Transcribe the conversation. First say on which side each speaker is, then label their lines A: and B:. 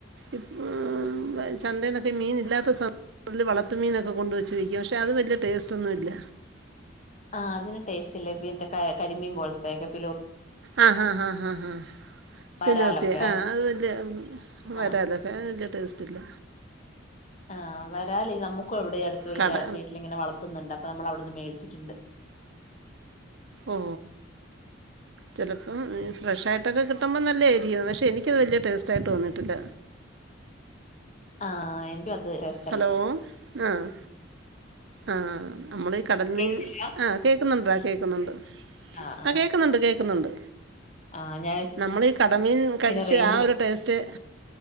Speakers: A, on the right; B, on the left.
A: ഇപ്പൊ ചന്തേന്നൊക്കെ മീൻ ഇല്ലാത്ത സമയ <unintelligible> വളത്ത് മീനൊക്കെ കൊണ്ട് വെച്ച് വിക്കും പക്ഷെ അത് വല്ല്യ ടേസ്റ്റ് ഒന്നുല്ല
B: ആഹ് അതിന് ടേസ്റ്റ് ഇല്ല പിന്നെ കരി കരിമീൻ പോലത്തേക്കെ പിലോ
A: ആഹ് ആഹ് ആഹ് ആഹ് സിലോപ്പിയ
B: വരാലൊക്കെ
A: ആഹ് അത് വല്ല്യ
B: ആ
A: വരാൽ അത്രയും വല്ല്യ ടേസ്റ്റ് ഇല്ല
B: ആഹ് വരാല് നമ്മുക്ക് ഇവിടെ അടുത്തൊരു
A: കട
B: ചേ വീട്ടിലിങ്ങനെ വളത്തുന്നുണ്ട് അപ്പൊ നമ്മൾ അവിടെന്ന് മേടിച്ചിട്ടുണ്ട്
A: ഓ ചിലപ്പം ഫ്രഷായിട്ടൊക്കെ കിട്ടുമ്പം നല്ല ആയിരിക്കും പക്ഷെ എനി ക്കത് വല്ല്യേ ടേസ്റ്റായിട്ട് തോന്നിട്ടില്ല
B: ആഹ് <unintelligible>
A: ഹലോ ആഹ് ആഹ് നമ്മളീ കടൽമീൻ
B: കേക്കുന്നില്ല
A: ആഹ് കേൾക്കുന്നുണ്ടോ കേക്കുന്നുണ്ട്
B: ആ ആ
A: ആഹ് കേക്കുന്നുണ്ട് കേക്കുന്നുണ്ട്
B: ആ ഞാൻ
A: നമ്മളീ കടമീൻ
B: വിചാരിച്ച്
A: കഴിച്ച്
B: റേഞ്ച്
A: ആ ഒരു ടേസ്റ്റ്